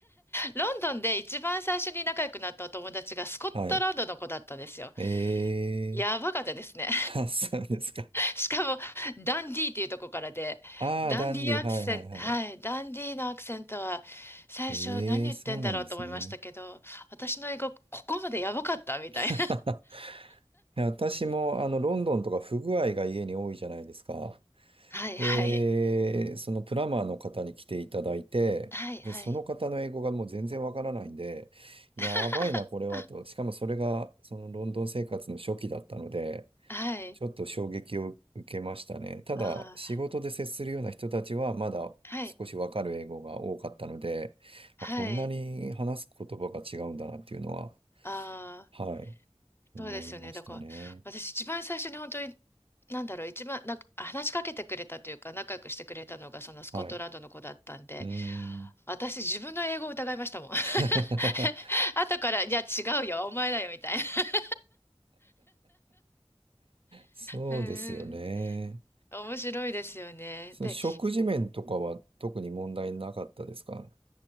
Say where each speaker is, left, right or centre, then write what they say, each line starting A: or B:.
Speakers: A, on the left; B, on the right.
A: ロンドンで一番最初に仲良くなったお友達がスコットランドの子だったんですよ。
B: はい。ええ
A: やばかったですね。
B: ー、<laughs> あ、そうですか。
A: しかも、ダンディーっていうとこからで、
B: ああ、
A: ダンディーアクセント、
B: ダンディ、はいはいはい。
A: はい、ダンディーのアクセントは、最初何言ってんだろうと思いましたけど、
B: ええー、そうなんですね。
A: 私の英語、ここまでやばかったみたいな。
B: <laughs> いや私も、あの、ロンドンとか不具合が家に多いじゃないですか。
A: <laughs> はい、
B: で、
A: はい。
B: そのプランマーの方に来ていただいて、
A: はい、はい。
B: で、その方の英語がもう全然わからないんで、やばいな、
A: <laughs>
B: これはと。しかもそれが、そのロンドン生活の初期だったので、
A: はい。
B: ちょっと衝撃を受けましたね。ただ、
A: ああ、
B: 仕事で接するような人たちは、まだ少しわかる英語が多かったので、
A: はい、はい。
B: まあ、こんなに話す言葉が違うんだなっていうのは、
A: あー
B: はい、思いましたね。
A: そうですよね。だから、私一番最初に本当に、なんだろう、一番、なんか、話しかけてくれたというか、仲良くしてくれたのが、そのスコットランドの子だったんで、
B: はい。うーん。
A: 私自分の英語を疑いましたもん。<laughs>
B: <laughs>
A: 後から、いや、違うよ、お前だよ、みたいな。<laughs>
B: そうですよね。
A: うーん。面白いですよね。
B: その食事面とかは特に問題なかったですか
A: で、